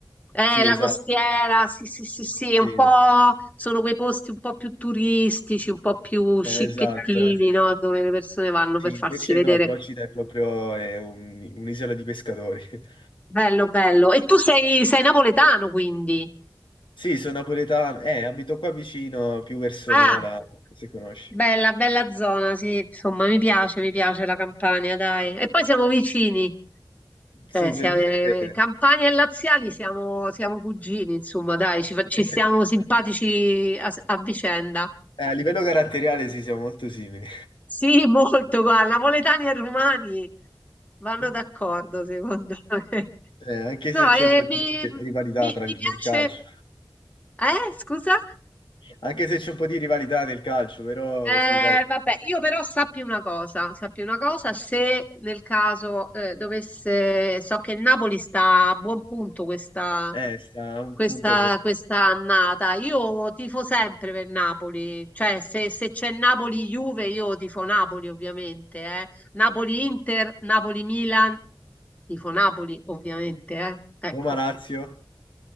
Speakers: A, on the left (about 15°); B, on the left (about 65°).
A: Eh,
B: Sì,
A: la
B: esatto,
A: costiera, sì, sì, sì, sì,
B: sì,
A: un po'
B: no.
A: sono quei posti un po' più turistici, un po' più scicchettini,
B: Eh, esatto. eh.
A: no? Dove le persone vanno
B: Sì,
A: per farsi
B: invece
A: vedere.
B: no, Procida è proprio eh, un- un'isola di pescatori. <laughs>
A: Bello, bello. E tu sei, sei napoletano, quindi.
B: Sì, sono napoletano, eh, abito qua vicino, più verso
A: Ah,
B: Nola, se conosci.
A: bella, bella zona, sì, insomma, mi piace, mi piace la Campania, dai. E poi siamo vicini,
B: Sì,
A: cioè, siamo,
B: di dove
A: eh,
B: siete?
A: Campania e Laziali siamo, siamo cugini, insomma, dai, ci, fa- ci
B: <laughs>
A: stiamo simpatici a a vicenda.
B: Eh, a livello caratteriale sì, siamo molto simili.
A: Sì, <laughs> molto, guarda, napoletani e romani vanno
B: <laughs>
A: d'accordo, secondo me.
B: Eh, anche
A: No,
B: se c'è
A: e
B: un po'
A: mi,
B: di
A: mi-
B: rivalità tra
A: mi
B: il-
A: piace...
B: nel calcio,
A: Eh, scusa?
B: anche se c'è un po' di rivalità nel calcio, però
A: Eh,
B: sì, dai,
A: vabbè, io però sappi una cosa, sappi una cosa, se nel caso eh, dovesse, so che il Napoli sta a buon punto questa,
B: eh, sta un
A: questa,
B: punto sopra.
A: questa annata, io tifo sempre per Napoli, cioè se, se c'è Napoli-Juve io tifo Napoli ovviamente, eh. Napoli-Inter, Napoli-Milan, tifo Napoli ovviamente, eh. Ecco.
B: Roma-Lazio.